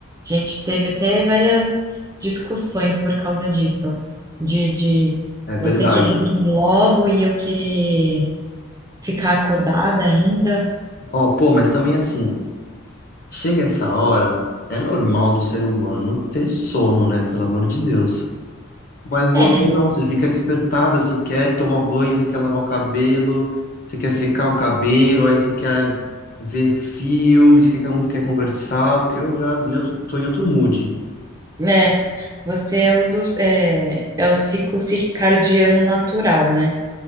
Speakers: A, on the right (about 15°); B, on the left (about 40°).
A: A gente teve até várias discussões por causa disso, de, de
B: É verdade.
A: você querer dormir logo e eu querer ficar acordada ainda.
B: Ó, pô, mas também assim, chega essa hora, é normal do ser humano ter sono, né, pelo amor de Deus. Mas
A: É,
B: você
A: né?
B: não, você fica despertada, você quer tomar banho, você quer lavar o cabelo, você quer secar o cabelo, aí você quer ver filmes, quer, quer, quer conversar. Eu já em outro, tô em outro mood.
A: É, você é o, dos, é, é o ciclo circadiano natural, né?